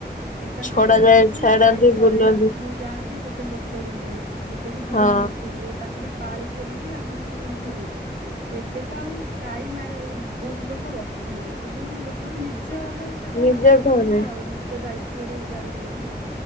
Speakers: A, on the right; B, on the left.
A: ଏକା
B: ଛଡା
A: ସାଙ୍ଗରେ
B: ଯାଏ
A: ଯିବେ
B: ଛାଡନ୍ତି
A: ଗାଈ ଚରେଇବାକୁ
B: ବୁଲନ୍ତି
A: ଯୋଉ ଯାଆନ୍ତି ଗୋଟେ ଲୋକ ରୁହେ। ଗୋଟେ କି ଦି
B: ହଁ
A: ଜଣ ଲୋକ ରୁହେ ତାଙ୍କର ପାଳି କରିକି ଆଗରୁ ସବୁ ଏମିତି ହୁଏ। ଏବେ ତ ଆଉ କାଇ ମା ବହୁତ ଲୋକ ରଖୁନାହାନ୍ତି ବହୁତ ଗୋଟେ ତୋ ନିଜର ସେଟା
B: ନିଜ ଘରେ
A: ରହିଲା ଆଉ। ନିଜ ଦାୟିତ୍ଵରେ ଗାଈ ରହିଲା ଆଉ